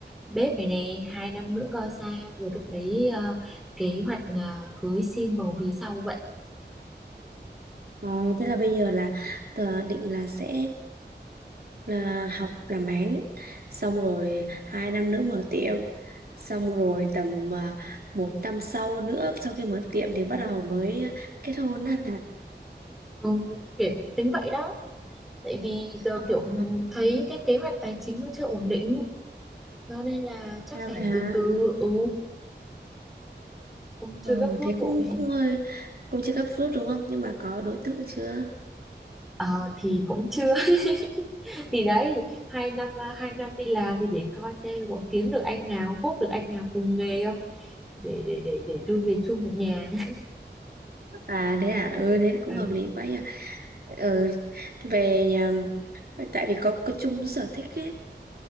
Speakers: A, in the centre; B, on the right.
A: bếp này nè hai năm nữa coi sao rồi lúc đấy ờ, kế hoạch ờ, cưới xin bầu bí sau vậy
B: Ờ, thế là bây giờ là tờ định là sẽ là học làm bán xong rồi hai năm nữa mở tiệm xong rồi tầm à, một năm sau nữa sau khi mở tiệm thì bắt đầu mới ờ, kết hôn á
A: ừ, kiểu tính vậy đó tại vì giờ
B: à,
A: kiểu thấy cái kế hoạch tài chính nó chưa ổn định Đó nên là chắc
B: à
A: phải
B: vậy hả
A: từ từ ừ cũng chưa
B: ừ,
A: gấp rút
B: thế
A: vội
B: cũng cũng hơi cũng chưa cấp rút đúng không nhưng mà có đối tượng chưa
A: Ờ, thì cũng chưa <laughs> thì đấy hai năm hai năm đi làm thì để coi xem có kiếm được anh nào hốt được anh nào cùng nghề không để để để để đưa về chung một nhà <laughs>
B: à thế à ừ thế cũng
A: ừ.
B: hợp lý quá nhỉ ừ, về um, tại vì có có chung sở thích ấy